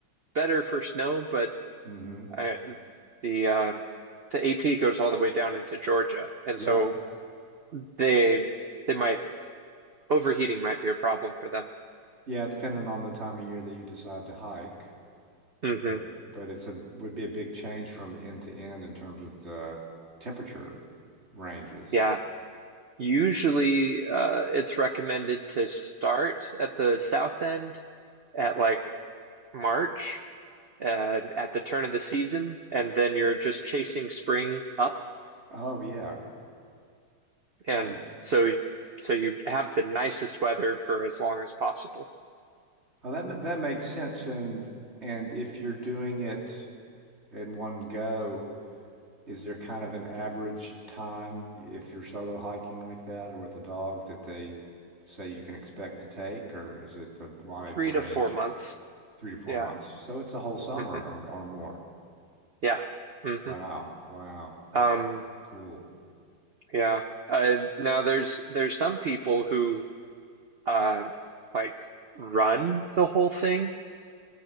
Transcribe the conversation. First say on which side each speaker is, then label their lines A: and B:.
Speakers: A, on the right; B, on the right.
A: better for snow. But
B: Mm-hmm.
A: uh, the um the AT goes all the way down into Georgia, and
B: Yeah.
A: so they they might overheating might be a problem for them.
B: Yeah, depending on the time of year that you decide to hike,
A: hmm
B: but but it's a would be a big change from end to end in terms of the temperature ranges.
A: yeah. Usually, uh, it's recommended to start at the south end at like March uh, at the turn of the season, and then you're just chasing spring up,
B: Oh yeah,
A: and
B: that ma
A: so so you have the nicest weather for as long as possible.
B: oh that ma that makes sense. And and if you're doing it in one go, Is there kind of an average time if you're solo hiking like that or with a dog that they say you can expect to take, or is it a wide
A: Three
B: range,
A: to four months.
B: three to four
A: Yeah.
B: months? So it's a whole summer
A: hmm
B: or, or more.
A: Yeah. hmm
B: Wow. Wow. That's
A: Um,
B: cool.
A: yeah. Uh, now there's there's some people who uh like run the whole thing